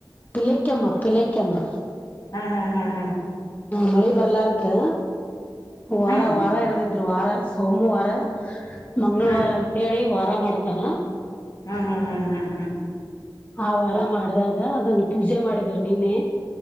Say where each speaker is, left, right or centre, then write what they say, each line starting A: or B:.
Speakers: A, on the left; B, on the left.
A: ಪಿಲೈಕಮ್ಮ ಪಿಲೈಕಮ್ಮ
B: ಹ್ಮ್ ಹಾ್ ಹಾ ಹಾ
A: ಮಳೆ ಬರ್ಲಾರಕ್ಕೆ ವಾರ
B: ಹಾ
A: ವಾರ ಹಿಡದಿದ್ರು ವಾರ ಸೋಮವಾರ ಮಂಗಳವಾರ
B: ಹಾ
A: ಅಂತೇಳಿ ವಾರ ಮಾಡ್ತಾರ
B: ಹ್ಮ್ ಹ್ಮ್ ಹ್ಮ್ ಹ್ಮ್ ಹ್ಮ್
A: ಆ ವಾರ ಮಾಡಿದಾಗ ಅದನ್ನು ಪೂಜೆ ಮಾಡಿದ್ರು ನಿನ್ನೆ